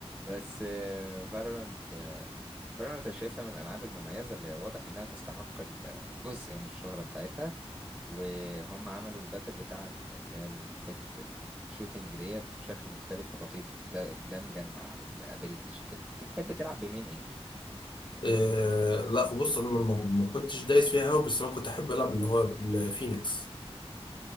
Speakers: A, in the centre; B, on the left.
A: بس فالورانت فالورانت انا شايفها من الالعاب المميزة اللي واضح انها تستحق ال- جزء من الشهرة بتاعتها وهم عملوا الباتل بتاع ال- اللي هي ال- حتة الشوتينج ديت بشكل مختلف ولطيف ده دمجا مع الابيليتيز وكده كنت بتحب تلعب بمين ايه
B: آه لا بص أنا ما ما كنتش دايس فيها أوي بس أنا كنت أحب ألعب اللي هو الفينيكس